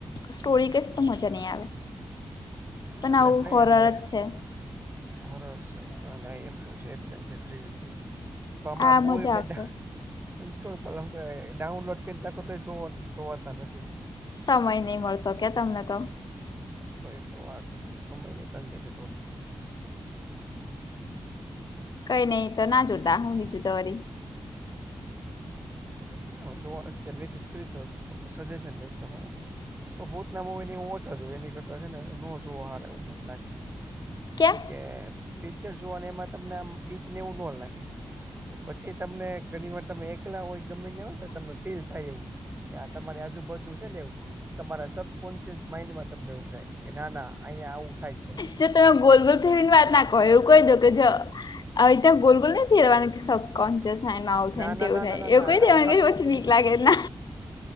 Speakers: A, on the left; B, on the right.
A: સ્ટોરી કશ તો મજા નહી આવે પણ
B: એટલે
A: આવું
B: એમ નહીં
A: હોરર જ
B: એટલે
A: છે
B: <unintelligible> છે ના ના એમ સાવએક્શન છે થ્રીલ છે પ હમણાં
A: આ
B: મુવી
A: મજા
B: મેને
A: આવશે
B: ઇન્સ્ટોલ કર કે ડાઉનલોડ કેટલાકતે જોવા જોવાતા નથી
A: સમય નહી મળતો કે તમને તો
B: તો એ તો વાત છે સમય ની તંગી છે થોડીક
A: કઈ નહી તો ના જોતા બીજું તો વરી
B: હ <unintelligible> <unintelligible> સજેશન લઈશ તમારા ભૂતના મુવી ની હું ઓછા જોવ એની કરતા છે ને ન જોવા સારા એવું મને લાગે.
A: કેમ
B: કે પિક્ચર જોવા એમાં તમને આમ બીકને એવું ન લાગે પછી તમને ઘણી વાર તમે એકલા હોય ગમે ન્યા હોય ને તમે ફીલ થાય એવું કે આ તમારી આજુબાજુ છે ને એવુ. તમારા સબ કોન્શિયસ માઈન્ડમાં તમને એવું થાય કે ના ના અહીંયા આવું થાય જ
A: જો તમે ગોલ ગોલ ફેરવી ની વાત નાખ એવું કહી, દો કે જો આવી રીતે ગોલ ગોલ નઈ ફેરવાની કોન્સિયન્સ થાય ને આવું થાય
B: ના ના
A: તેવું
B: ના
A: થાય
B: ના ના
A: એવું
B: ના
A: કઈ
B: હાચો
A: દેવા
B: હાચો
A: કે
B: કહું
A: પછી
B: સ
A: બીક લાગે
B: સ
A: ને